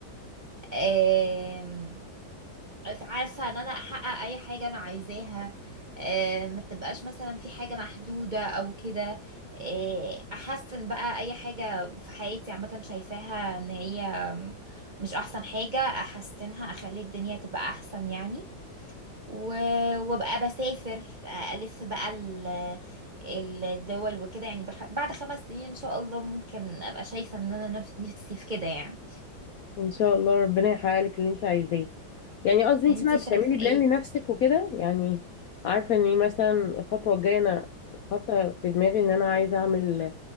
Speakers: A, on the right; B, on the left.
A: آم، عارفة ان انا احقق اي حاجة انا عايزاها آه، ما تبقاش مثلا في حاجة محدودة او كده آه، احسن بقى اي حاجة في حياتي عامة شايفاها ان هي مش احسن حاجة احسنها اخلي الدنيا تبقى احسن يعني و- وابقى بسافر آه، الف بقى ال- الدول وكده يعني بح- بعد خمس سنين ان شاء الله ممكن ابقى شايفة ان انا نف- نفسي في كده يعني
B: ان شاء الله ربنا يحقق لك اللي انت عايزاه يعني قصدي انت
A: انتي
B: بقى بتعملي
A: شايفة ايه
B: بلان لنفسك وكده يعني عارفه ان ايه مثلا الخطوه الجايه انا حاطه في دماغي ان انا عايزه اعمل